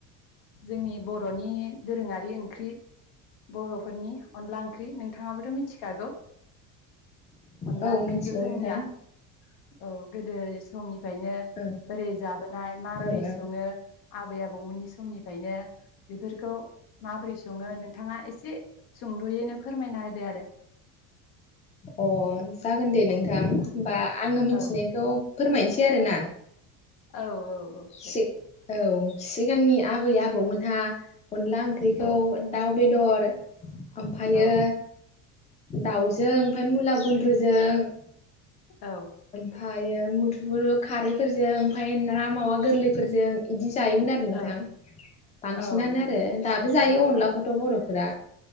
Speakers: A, on the left (about 65°); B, on the left (about 15°).
A: जोंनि बर'नि दोरोङारि ओंख्रि बर'फोरनि अनला ओंख्रि नोंथाङाबोथ' मिथिखागौ। अनला
B: औ
A: ओंख्रिखो
B: मिथिगौ
A: जोंनिया
B: नोंथां
A: औ गोदो समनिफायनो बोरै
B: ओं
A: जाबोनाय माबोरै
B: ओं
A: सङो आबै आ बौमोननि समनिफ्रायनो बेफोरखौ माबोरै सङो नोंथाङा एसे सुंद'यैनो फोरमायना होदो आरो।
B: अ जागोन दे नोंथां होमबा आङो मिथिनायखौ
A: औ
B: फोरमायनसै आरोना।
A: औ ओ औ दे
B: सि औ सिगांनि आबै आबौमोनहा अनला ओंख्रिखौ
A: औ
B: दाउ बेदर ओमफायो
A: औ
B: दाउजों ओमफाय मुला गुन्द्रुजों
A: औ
B: फायो मुदुफुल खारैफोरजों ओमफाय ना मावा गोरलैफोरजों इदि जायोमोन आरो नोंथां
A: औ
B: बांसिनानो
A: औ नंगौ
B: आरो
A: नोंथां
B: दाबो जायो अनलाखौथ'
A: औ
B: बर'फोरा